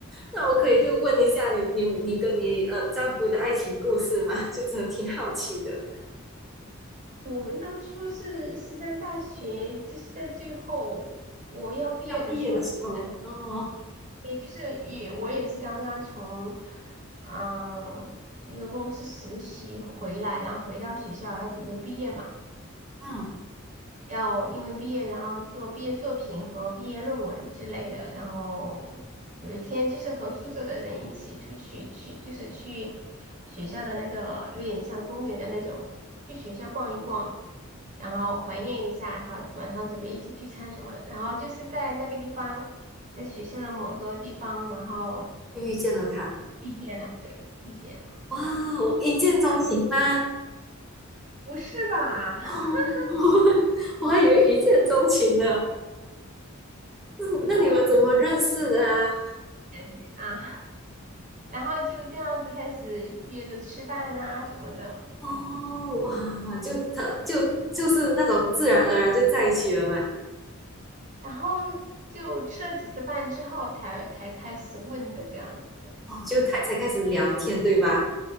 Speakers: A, in the centre; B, on the right.
A: 那我可以就问一下你，你你跟你呃丈夫的爱情故事吗？<laughs> 就真的挺好奇的。
B: 我们当初是是在大学，就是在最后我要毕业的时候，
A: 要毕业的时候，
B: 就是。
A: 哦，
B: 也就是也我也是刚刚从嗯一个公司实习回来，然后回到学校要准备毕业嘛，
A: 嗯，
B: 要因为毕业然后做毕业作品和毕业论文之类的，然后有一天就是和宿舍的人一起出去去就是去学校的那个有点像公园的那种，去学校逛一逛。然后怀念一下，然后晚上准备一起聚餐什么的，然后就是在那个地方，在学校的某个地方，然后
A: 就遇见了他，
B: 遇见了，对，遇见了，
A: 哇，我一见钟情吗？
B: 大雨不是吧？
A: 哦，
B: <laughs>
A: <laughs> 我还以为一见钟情呢。那那你们怎么认识的啊？
B: 不知道感觉啊，然后就这样子开始约着吃饭呐、什么的，
A: 哦，哇，就他就就是那种自然而然就在一起了嘛。
B: 然后就吃了几次饭之后才才开始问的这样子。
A: 哦，就开才开始聊天，
B: 嗯，
A: 对吧？